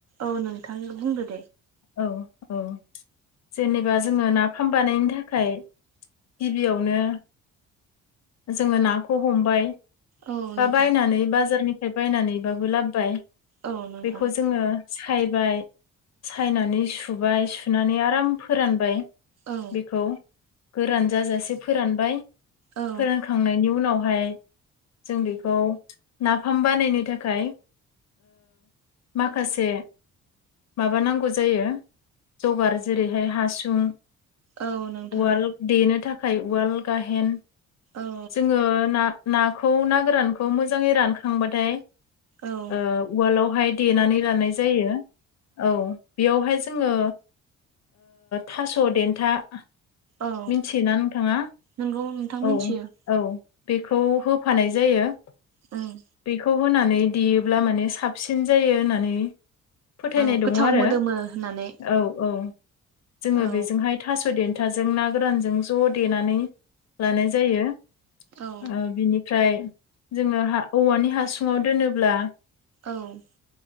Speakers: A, on the right (about 60°); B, on the left (about 60°).
A: औ नोंथां बुंदो ।
B: औ औ जेनेबा जोङो नाफाम बानायनो थाखाय । गिबियावनो जोङो नाखौ हमबाय ।
A: औ
B: बा
A: नोंथां
B: बायनानै बाजारनिफ्राय बायनानैबाबो लाबोबाय
A: औ नोंथां
B: बेखौ जोङो । सायबाय सायनानै सुबाय सुनानै आराम फोरानबाय ।
A: औ
B: बेखौ गोरान जाजासे फोरानबाय फोरान
A: औ
B: । फखांनायनि उनावहाय जों बेखौ नाफाम बानायनो थाखाय । माखासे माबाानांगौ जायो जगार जेरैहाय हासुं
A: औ नोंथां
B: उवाल देनो थाखाय उवाल गाहेन ।
A: औ
B: जोङो ना नाखौ ना गोरानखौ मोजाङै रानखांबाथाय
A: औ
B: उवालावहाय देनानै लानाय जायो औ । बेयावहाय जोङो थास' देन्था ।
A: औ
B: मिथियोना नोंथाङा?
A: नोंगौ नोंथां
B: औ
A: मिथियो।
B: औ बेखौ होफानाय जायो।
A: उम।
B: बेखौ होनानै देयोब्ला माने साबसिन जायो होननानै फोथायनाय
A: औ गोथाव
B: दङ आरो
A: मोदोमो
B: औ
A: होननानै
B: औ । जोङो
A: औ
B: बेजोंहाय थास' देन्थाजों ना गोरानजों ज' देनानै लानाय जायो
A: औ
B: बिनिफ्राय जोङो हा औवानि हासुङाव दोनोब्ला
A: औ ।